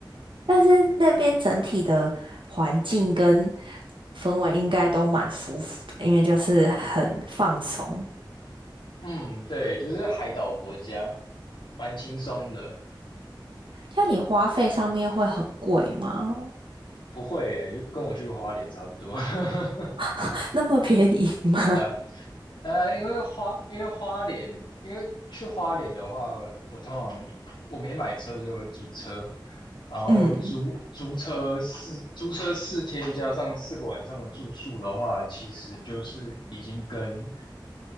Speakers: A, on the right; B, on the left.
A: 但是那边整体的环境跟氛围应该都蛮舒服的，因为就是很放松。
B: 嗯，对，就是海岛国家，蛮轻松的。
A: 像你花费上面会很贵吗？
B: 不会耶，跟我去花莲差不多。<laughs>
A: <laughs> 那么便宜吗？
B: 对啊，呃，因为花，因为花莲，因为去花莲的话，我通常我没买车，所以我会租车，然后租租车四租车四天加上四个晚上的住宿的话，
A: <laughs> 嗯
B: 其实就是已经跟